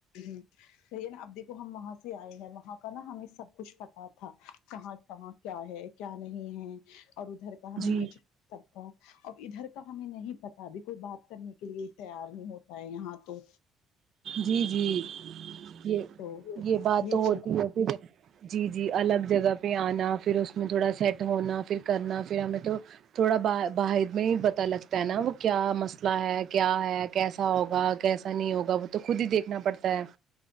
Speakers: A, on the left; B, on the right.
A: کہی نا اب دیکھو ہم وہاں سے آئے ہیں وہاں کا نا ہمیں سب کچھ پتا تھا کہاں کہاں کیا ہے کیا نہیں ہے اور ادھر کا ہمیں
B: جی
A: نیچر سب کا اب ادھر کا ہمیں نہیں پتا ابھی کوئی بات کرنے کے لیے تیار نہیں ہوتا ہے یہاں تو
B: جی جی یہ
A: تو
B: یہ بات تو ہوتی
A: چیز
B: ہے پھر جی جی الگ جگہ پہ آنا پھر اس میں تھوڑا سیٹ ہونا پھر کرنا پھرام میں تو تھوڑا ب باہر میں پتا لگتا ہے نا وہ کیا مسئلہ ہے کیا ہے کیسا ہوگا کیسا نہیں ہوگا بابو تو خود ہی دیکھنا پڑتا ہے